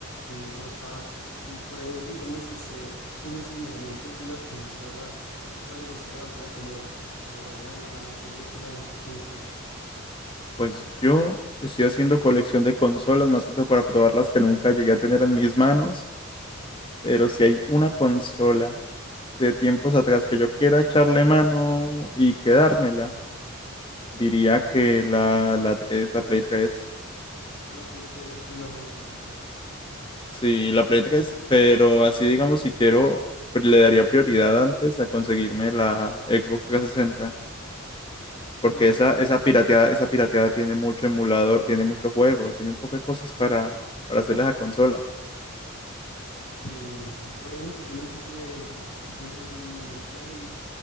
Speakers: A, on the left; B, on the left.
A: no importaba. Y por ejemplo, digamos, si usted en esos momentos una consola, ¿cuál le gustaría volver a tener? O volver a jugar, o que dice que es la mejor consola.
B: Pues yo estoy haciendo colección de consolas, más que todo para probar las que nunca llegué a tener en mis manos, pero si hay una consola de tiempos atrás que yo quiera echarle mano y quedármela, diría que la, la 3, la Play 3.
A: La Play 3 fue una joyita.
B: Sí, la Play 3, pero así digamos, si quiero, pr- le daría prioridad antes a conseguirme la Xbox 360, porque
A: Sí, yo-
B: esa, esa pirateada, esa pirateada tiene mucho emulador, tiene mucho juego, tiene un poco de cosas para, para hacerle a esa consola.
A: sí, Por ejemplo, yo nunca tuve Xbox. Yo siempre fui de Play